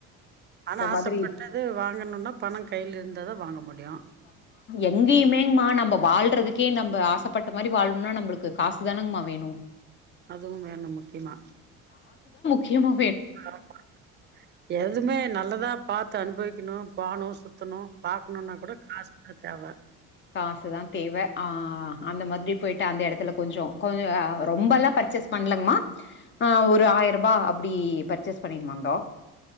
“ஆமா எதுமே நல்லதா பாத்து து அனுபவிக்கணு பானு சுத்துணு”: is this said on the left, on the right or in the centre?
Right